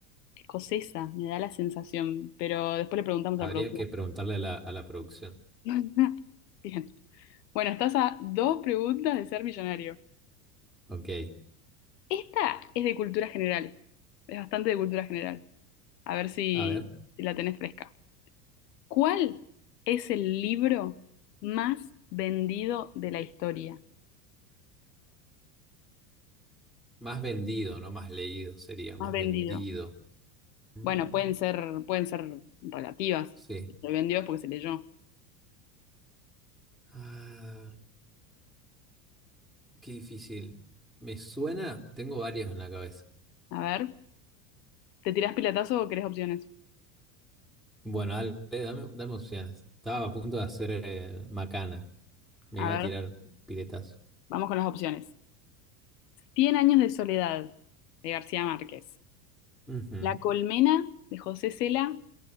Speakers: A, on the left (about 75°); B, in the centre.
A: escocesa, me da la sensación, pero después le preguntamos
B: Habría
A: al productor.
B: que preguntarle a la, a la producción.
A: <laughs> Bien. Bueno, estás a dos preguntas de ser millonario.
B: Ok.
A: Esta es de cultura general. Es bastante de cultura general. A ver si,
B: A ver,
A: si la tenés fresca. ¿Cuál es el libro más vendido de la historia?
B: más vendido, no más leído, sería más
A: Más vendido.
B: vendido. Mm,
A: Bueno, pueden ser, pueden ser relativas.
B: sí.
A: Si se vendió es porque se leyó.
B: Ah, qué difícil. Me suena, tengo varias en la cabeza.
A: A ver, ¿te tirás pilatazo o querés opciones?
B: Bueno, dale, dame, dame opciones. Estaba a punto de hacer eh, macana. Me
A: A
B: iba
A: ver,
B: a tirar piletazo.
A: vamos con las opciones. Cien años de soledad, de García Márquez.
B: Ujú.
A: La colmena, de José Cela.